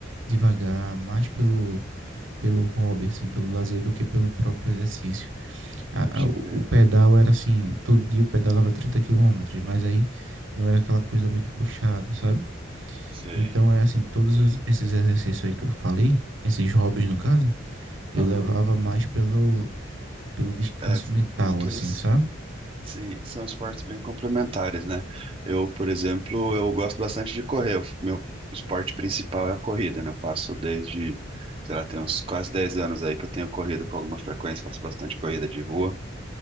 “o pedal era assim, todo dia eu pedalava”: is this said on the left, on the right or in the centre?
Right